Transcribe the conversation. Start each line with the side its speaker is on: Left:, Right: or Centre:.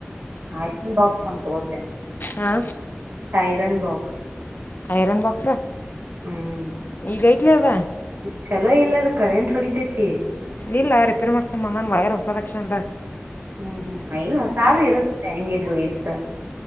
Right: ಆ ಬಾಕ್ಸ್ ಚ ಗೊತ್ತೇನೆ
Left: ಹಾ
Right: ಸೈರನ್ ಬಾಕ್ಸ್
Left: ಆಯರನ್ ಬಾಕ್ಸ
Right: ಹ್ಮ್
Left: ಈ ಗ ಇತ್ಲಿ ಅದ
Right: ಚಲೋ ಇಲ್ಲ ಅ್ರ ಕರೆಂಟ್ ಹೊಡಿತೈತಿ.
Left: ಇಲ್ಲ ರಿಪೇರ್ ಮಾಡ್ಕೊಂಡು ಬಂದಾನನ್ ವೈರ್ ಹೊಸಾದಕ್ಷಣಲ್ಲ.
Right: ಹ್ಮ್ ಹ್ಮ್ ಇಲ್ ಹೊಸದು ಇರದ ಹೆಂಗಿದ್ರು ಇದ್